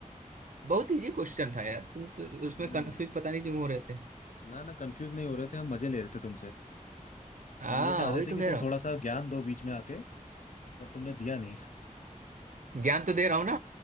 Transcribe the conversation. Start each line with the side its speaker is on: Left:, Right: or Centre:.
Right: बहुत इजी क्वेश्चन था यार तुम तो उसमें
Left: हम्म
Right: कंफ्यूज पता नहीं क्यों हो रहे थे
Left: ना ना कंफ्यूज नहीं हो रहे थे हम मजे ले रहे थे तुमसे
Right: हाँ
Left: हम ये चाह रहे
Right: वही
Left: थे
Right: तो
Left: कि
Right: कह
Left: तुम
Right: रहा
Left: थोड़ा सा ज्ञान दो बीच में आके पर तुमने दिया नहीं
Right: हूँ ज्ञान तो दे रहा हूँ ना